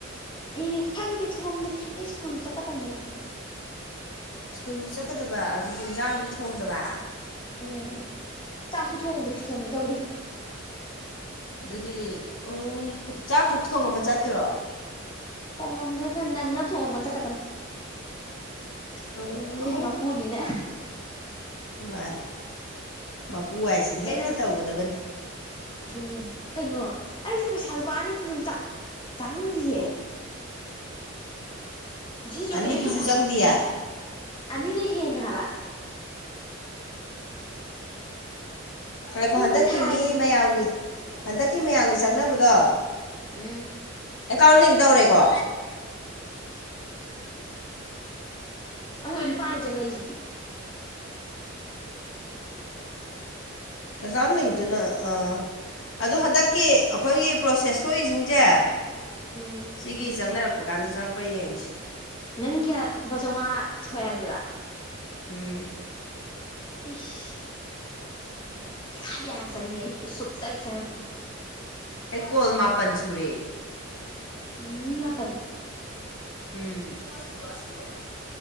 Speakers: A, on the left; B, on the left.
A: ꯏ ꯈꯪꯗꯦ ꯊꯣꯡꯗ꯭ꯔꯤ ꯑꯩ ꯁ꯭ꯀꯨꯜ ꯆꯠꯀꯗ꯭ꯕꯅꯦ ꯑꯩꯁꯦ
B: ꯁ꯭ꯀꯨꯟꯁꯨ ꯆꯠꯀꯗꯕ ꯍꯧꯖꯤꯛꯕꯥꯎ ꯏꯟꯖꯥꯡꯁꯨ ꯊꯣꯡꯗꯕ
A: ꯎꯝ ꯆꯥꯛꯁꯨ ꯊꯣꯡꯗ꯭ꯔꯤ ꯊꯣꯡꯉꯦ ꯇꯧꯔꯤ
B: ꯗꯨꯗꯤ ꯑꯣ ꯆꯥꯛ ꯈꯛ ꯊꯣꯡꯉꯝꯃ ꯆꯠꯇꯣꯏꯔꯣ
A: ꯊꯣꯡꯉꯝꯗꯦꯗ ꯅꯪꯅ꯭ꯕ ꯊꯣꯡꯉꯝꯃꯥ ꯆꯠꯀꯗ꯭ꯝ
B: ꯑꯣ
A: ꯈꯣꯏꯗꯤ ꯃꯄꯨꯅꯤꯅ
B: ꯃꯥꯅꯤ ꯃꯄꯨ ꯍꯥꯏꯁꯤꯗꯤ
A: ꯀꯩꯅꯣ
B: ꯍꯦꯛꯇ ꯇꯧꯒꯗꯕꯅꯤ
A: ꯑꯗꯨꯅꯦ ꯀꯩꯅꯣ ꯑꯩꯁꯦ ꯄꯩꯁꯥ ꯂꯨꯄꯥꯅꯤꯗꯨꯖꯨ ꯆꯥ ꯆꯪꯗꯤꯌꯦ
B: <inaudible>
A: ꯉꯁꯤꯁꯨ
B: ꯑꯅꯤꯗꯨꯁꯨ
A: ꯀꯩꯝ ꯍꯦꯟꯒꯠꯇꯤꯌꯦ
B: ꯆꯪꯗꯤꯌꯦ
A: ꯑꯅꯤꯗꯩ ꯍꯦꯟꯗꯦ ꯍꯥꯕ
B: ꯉꯥꯏꯈꯣ
A: ꯄꯨꯡꯗꯤ
B: ꯍꯟꯗꯛꯀꯤ
A: ꯊꯥꯏꯌꯦꯕ
B: ꯃꯤ ꯃꯌꯥꯝꯒꯤ ꯍꯟꯗꯛꯀꯤ ꯃꯌꯥꯝꯒꯤ ꯆꯪꯅꯕꯗꯣ
A: ꯎꯝ
B: ꯑꯦꯀꯥꯎꯟ ꯂꯤꯡ ꯇꯧꯔꯦꯀꯣ
A: ꯑꯍꯣꯏ ꯂꯨꯄꯥꯥꯑꯅꯤ ꯆꯪꯉꯛꯏꯖꯤꯗꯤ
B: ꯑꯦꯀꯥꯎꯟ ꯂꯤꯡꯇꯨꯅ ꯑ ꯑꯗꯨ ꯍꯟꯗꯛꯀꯤ ꯑꯈꯣꯏꯒꯤ ꯄ꯭ꯔꯣꯁꯦꯁ ꯊꯣꯛꯏꯁꯤꯡꯁꯦ
A: ꯎꯝ
B: ꯁꯤꯒꯤ ꯆꯪꯅꯔꯛꯄ ꯀꯥꯟꯗ ꯆꯪꯉꯛꯄ꯭ꯔꯥ ꯌꯦꯡꯁꯤ
A: ꯅꯪꯒꯤ ꯀꯌꯥ ꯂꯨꯄꯥ ꯆꯥꯝꯉꯥ ꯊꯣꯛꯑꯦ ꯍꯥꯏꯕꯗꯨꯔꯥ
B: ꯎꯝ
A: ꯏꯁ <unintelligible> ꯆꯪꯉꯦ ꯑꯩꯒꯤꯗ ꯁꯨꯛꯆꯪ ꯆꯪꯉꯛꯇꯦ
B: ꯑꯩꯀꯣꯜ ꯃꯥꯄꯟ ꯁꯨꯔꯦ
A: ꯎꯝ ꯃꯤ ꯃꯥꯄꯟ
B: ꯎꯝ ꯕꯨꯡꯉꯣ ꯁꯤ ꯈꯨꯜꯂꯣ ꯑꯥꯁꯤ ꯈꯨꯜꯂꯛ ꯑꯣ